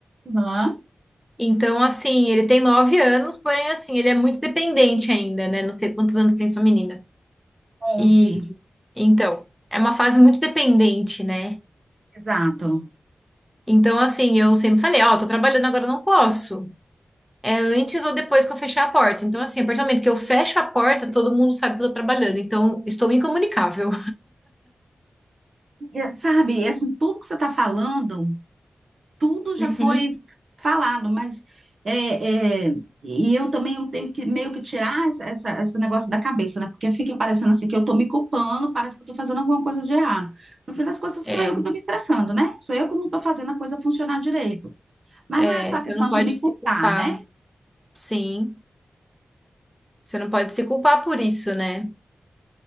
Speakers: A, on the right (about 65°); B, in the centre.
A: Aham,
B: Então, assim, ele tem nove anos, porém, assim, ele é muito dependente ainda, né? Não sei quantos anos tem sua menina.
A: 11,
B: E, então, é uma fase muito dependente, né?
A: exato.
B: Então, assim, eu sempre falei, ó, tô trabalhando agora, eu não posso. É antes ou depois que eu fechar a porta. Então, assim, a partir do momento que eu fecho a porta, todo mundo sabe que eu tô trabalhando. Então, estou incomunicável.
A: E, Sabe, assim, tudo que você está falando. tudo já
B: Uhum.
A: foi falado, mas é, é, e eu também eu tenho que meio que tirar essa, essa- esse negócio da cabeça, né? Porque fica parecendo assim que eu estou me culpando, parece que eu tô fazendo alguma coisa de errado. No fim das contas,
B: É,
A: sou eu que estou me estressando, né? Sou eu que não estou fazendo a coisa funcionar direito. Mas
B: É,
A: não é só
B: você
A: questão
B: não pode
A: de me
B: se
A: culpar,
B: culpar.
A: né?
B: Sim, você não pode se culpar por isso, né?